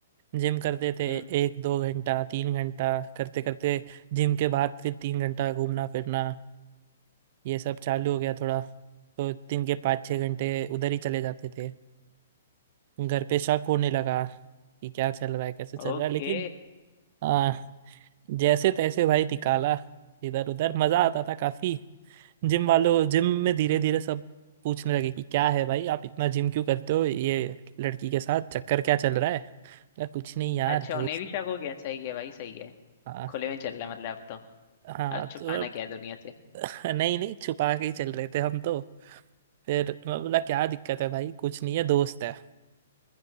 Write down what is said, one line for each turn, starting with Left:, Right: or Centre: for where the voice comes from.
Right: जिम करते थे
Left: हम्म
Right: एक दो घंटा तीन घंटा करते करते जिम के बाद फिर तीन घंटा घूमना फिरना ये सब चालू हो गया थोड़ा तो दिन के पाँच छः घंटे उधर ही चले जाते थे घर पे शक होने लगा कि क्या चल रहा है कैसे चल
Left: ओके
Right: रहा है लेकिन आ, जैसे तैसे भाई निकाला इधर उधर मज़ा आता था काफ़ी जिम वालों जिम में धीरे धीरे सब पूछने लगे कि क्या है भाई आप इतना जिम क्यों करते हो ये लड़की के साथ चक्कर क्या चल रहा है अरे कुछ नहीं यार
Left: अच्छा
Right: दोस्त
Left: उन्हें भी शक हो गया सही है भाई सही है
Right: हाँ
Left: खुले में चल रहा है मतलब अब तो
Right: हाँ
Left: अब छुपाना
Right: तो अब
Left: क्या है दुनिया से
Right: <laughs> नहीं नहीं छुपा के ही चल रहे थे हम तो फिर मैं बोला क्या दिक्कत है भाई कुछ नहीं है दोस्त है